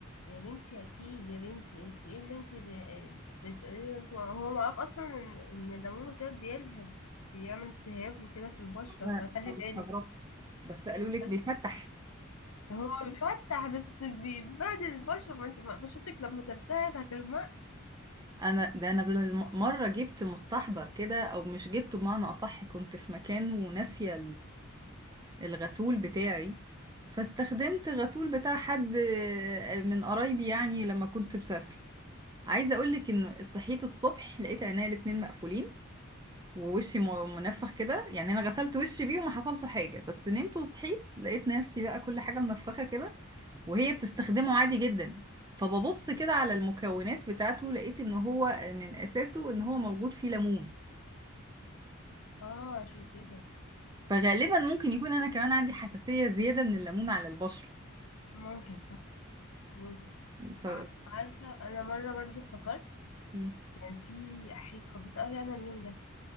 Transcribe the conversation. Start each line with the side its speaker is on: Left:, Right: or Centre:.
Left: يا بنتي اكيد يا بنتي انت ايه اللي انت ب- بتقولي ده؟ هو معروف اصلا ان إن الليمون كده بيلهب بيعمل التهاب وكده في البشرة
Right: انا
Left: فخلي
Right: أنا
Left: بالك
Right: استغربت بس قالوا لك
Left: بس
Right: بيفتح
Left: هو بيفتح بس بيبهدل البشرة ما انت بقى- بشرتك لما تلتهب هتغمق
Right: انا ده انا بالمره جبت مستحضر كده او مش جبته بمعنى اصح كنت في مكان وناسيه الغسول بتاعي فاستخدمت الغسول بتاع حد آه، من قرايبي يعني لما كنت مسافرة عايزة اقولك ان صحيت الصبح لقيت عينيا الاتنين مقفولين ووشي م- منفخ كده يعني انا غسلت وشي بيه وما حصلش حاجة بس نمت وصحيت لقيت نفسي بقى كل حاجة منفخة كده وهي بتستخدمه عادي جدا فببص كده على المكونات بتاعته لقيت ان هو من اساسه ان هو موجود فيه ليمون
Left: اه عشان كده
Right: فغالبا ممكن يكون انا كمان عندي حساسية زيادة من الليمون على البشرة
Left: ممكن صح ممكن
Right: ف...
Left: ع- عارفة انا مرة برضه افتكرت
Right: ف...
Left: كان في حيط خضيت قوي انا اليوم ده